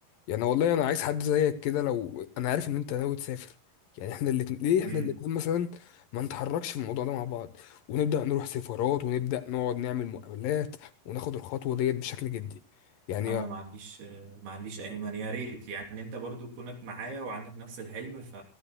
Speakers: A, on the left; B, on the right.
A: يعني والله انا عايز حد زيك كده لو انا عارف ان انت ناوي تسافر يعني احنا الاتنين ليه
B: امم
A: احنا الاتنين مثلا ما نتحركش في الموضوع ده مع بعض ونبدا نروح سفارات ونبدا نقعد نعمل مقابلات وناخد الخطوه ديت بشكل جدي يعني
B: انا ما عنديش ما عنديش اي مانع يا ريت يعني انت برضو كونك معايا وعندك نفس الحلم ف...